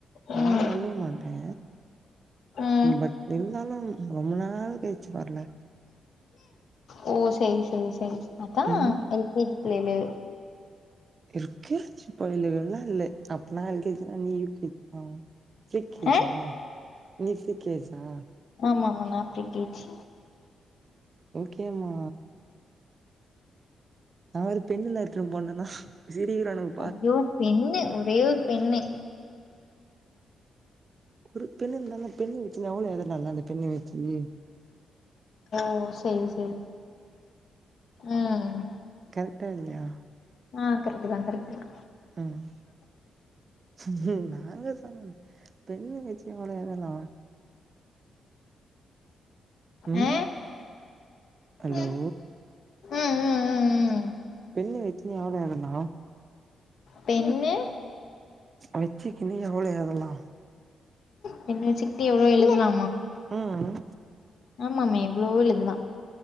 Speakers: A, on the right; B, on the left.
A: நானு
B: ம்
A: அழுவ மாட்டே
B: ம்
A: பட் இருந்தாலு ரொம்ப நாள் கழிச்சு வர்ல
B: ஓ செரி செரி செரி அதா
A: ம்
B: எல்கேஜி பிள்ளையளு
A: எல்கேஜி பயலுகலா இல்ல அப்பனா எல்கேஜின்னா நீ யூகேஜிதா ஃபிரிக்கேஜா
B: ஆ
A: நீ ஃபிரிக்கேஜா
B: ஆமா அவதா பிரிகேஜி
A: கேமா நா ஒரு பென்னுலா எடுத்துட்டு போனேன்னா சிரிக்குறானுங்க
B: ஐயோ பென்னு ஒரே ஒரு பென்னு
A: ஒரு பெண்ணு இருந்தா அந்த பெண்ண வெச்சுனு எவ்வளோ எழுதலால அந்த பெண்ண வெச்சினு
B: ஓ செரி செரி ம்
A: கரக்டா இல்லையா
B: ஆ கரெக்ட்டுதா கரெக்ட்டுதா
A: ம் இது நாங்க எங்க பென்னு வெச்சு எவ்ளோ எழுதலா ம்
B: ஆ
A: ஐயோ
B: ம் ம் ம் ம்
A: பெண்ணு வெச்சுனு யாரு அழுதா
B: பென்னு
A: வெச்சுக்குனு நீ எவ்வளோ எழுதலா
B: பென்னு வெச்சுகிட்டு எவ்வளோ எழுதலா
A: ம்
B: ஆமாமே ப்ளூவு எதுவ